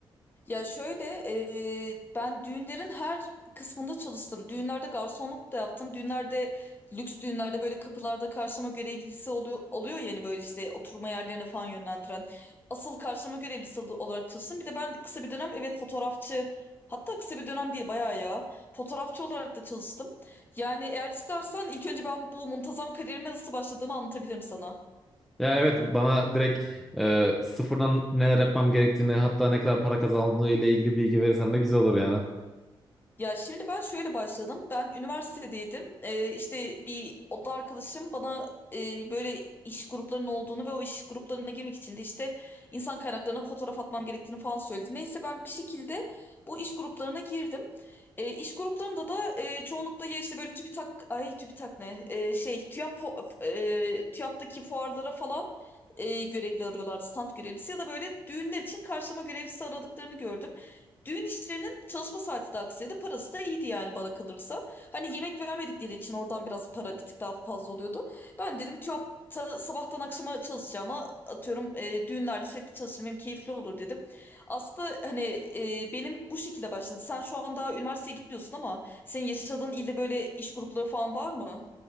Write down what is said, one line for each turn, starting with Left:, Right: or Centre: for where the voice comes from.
Left: Ya şöyle e, ben düğünlerin her kısmında çalıştım. Düğünlerde garsonluk da yaptım. Düğünlerde lüks düğünlerde böyle kapılarda karşılama görevlisi oluyor oluyor yani böyle işte oturma yerlerine falan yönlendiren. Asıl karşılama görevlisi ol- olarak çalıştım. Bir de ben kısa bir dönem evet fotoğrafçı hatta kısa bir dönem değil bayağı ya fotoğrafçı olarak da çalıştım. Yani eğer istersen ilk önce ben bu muntazam kariyerime nasıl başladığımı anlatabilirim sana.
Centre: Ya evet bana direkt e, sıfırdan neler yapmam gerektiğini hatta ne kadar para kazandığıyla ilgili bilgi verirsen de güzel olur yani.
Left: Ya şimdi ben şöyle başladım. Ben üniversitedeydim. Ee, işte bir oda arkadaşım bana e, böyle iş gruplarının olduğunu ve o iş gruplarına girmek için de işte insan kaynaklarına fotoğraf atmam gerektiğini falan söyledi. Neyse ben bir şekilde bu iş gruplarına girdim. E, iş gruplarında da e, çoğunlukla ya işte böyle TÜBİTAK, ay TÜBİTAK ne? E, şey TÜYAP, fo- e, TÜYAP'taki fuarlara falan e, görevli arıyorlardı, stand görevlisi ya da böyle düğünler için karşılama görevlisi aradıklarını gördüm. Düğün işlerinin çalışma saati de aksaydı parası da iyiydi yani bana kalırsa. Hani yemek vermedikleri için oradan biraz para bir tık daha fazla oluyordu. Ben dedim ki "Hop, ta- sabahtan akşama çalışacağıma atıyorum e, düğünlerde sürekli çalışırım benim keyifli olur dedim. Aslında hani e, benim bu şekilde başladı. Sen şu an daha üniversiteye gitmiyorsun ama senin yaşadığın ilde böyle iş grupları falan var mı?